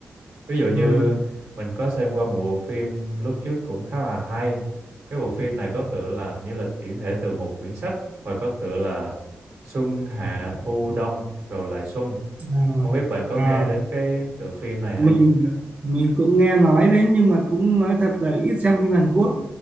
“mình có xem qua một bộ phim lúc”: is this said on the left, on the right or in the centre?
Right